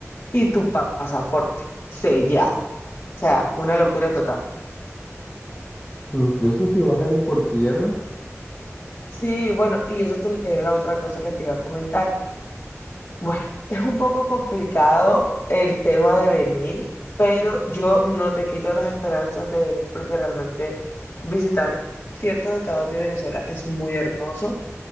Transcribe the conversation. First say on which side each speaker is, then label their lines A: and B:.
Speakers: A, on the left; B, on the left.
A: y tu pa- pasaporte sellado. O sea, una locura total.
B: Incluso si vas a ir por tierra,
A: Sí, bueno, y eso te- era la otra cosa que te iba a comentar. Bueno, es un poco complicado el tema de venir, pero yo no te quito las esperanzas de venir porque realmente visitar ciertos estados de Venezuela es muy hermoso.